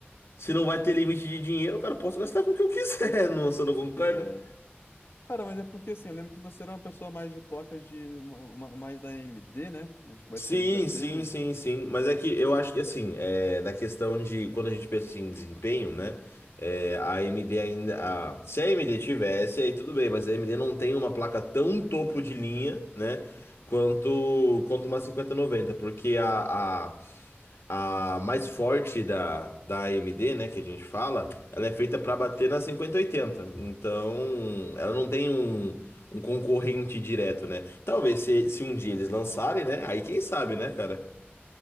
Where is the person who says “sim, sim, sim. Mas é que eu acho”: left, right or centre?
Left